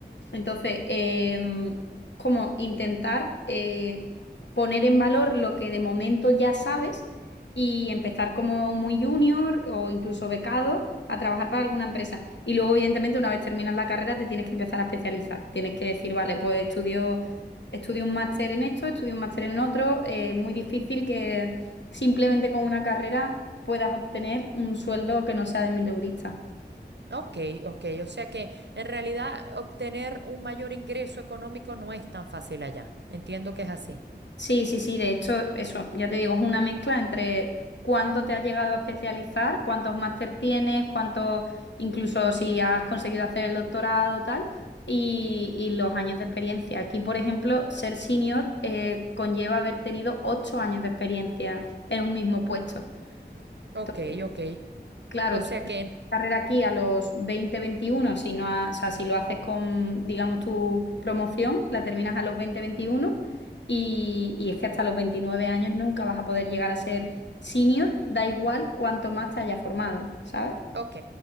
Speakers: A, on the left (about 85°); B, on the right (about 75°).
A: Entonces, em, como intentar eh, poner en valor lo que de momento ya sabes y empezar como muy junior o incluso becado a trabajar para alguna empresa. Y luego, evidentemente, una vez terminas la carrera, te tienes que empezar a especializar. Tienes que decir, vale, pues estudio, estudio un máster en esto, estudio un máster en otro. Eh, es muy difícil que simplemente con una carrera puedas obtener un sueldo que no sea de mil mileurista.
B: Ok, ok, o sea que en realidad obtener un mayor ingreso económico no es tan fácil allá. Entiendo que es así.
A: Sí, sí, sí, de hecho, eso, ya te digo, es una mezcla entre cuánto te has llegado a especializar, cuántos máster tienes, cuántos, incluso si has conseguido hacer el doctorado, tal, y, y los años de experiencia. Aquí, por ejemplo, ser senior eh, conlleva haber tenido ocho años de experiencia en un mismo puesto.
B: Ok,
A: Entonces,
B: ok.
A: claro,
B: O sea
A: tú
B: que,
A: carrera aquí a los 20, 21, si no ha- o sea, si lo haces con, digamos, tu promoción, la terminas a los 20, 21 y, y es que hasta los 29 años nunca vas a poder llegar a ser senior, da igual cuánto más te hayas formado, ¿sabes?
B: ok,